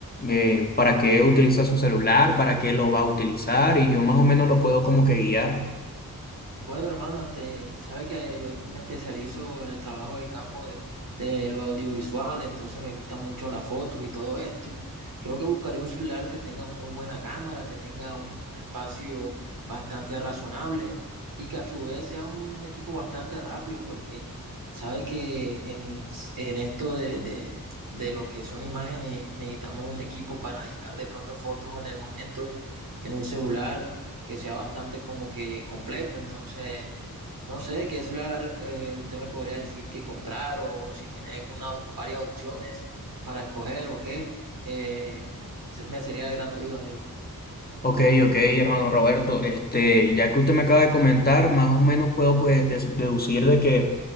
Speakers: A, on the left; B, on the right.
A: eh, para qué utiliza su celular, para qué lo va a utilizar y yo más o menos lo puedo como que guiar.
B: Bueno, hermano, este, sabe que yo me especializo en el trabajo del campo de, de lo audiovisual, entonces me gustan mucho las fotos y todo esto. Creo que buscaré un celular que tenga muy buena cámara, que tenga un, un espacio bastante razonable y que a su vez sea un equipo bastante rápido, porque sabe que en, en esto de, de, de lo que son imágenes necesitamos un equipo para editar de pronto fotos en el momento, en un celular que sea bastante como que completo. Entonces, no sé qué celular eh, usted me podría decir que comprar o si tiene alguna, varias opciones para escoger o qué. Eh, se- me sería de gran ayuda, amigo.
A: Ok, ok, hermano Roberto, este, ya que usted me acaba de comentar, más o menos puedo pues des- deducir de que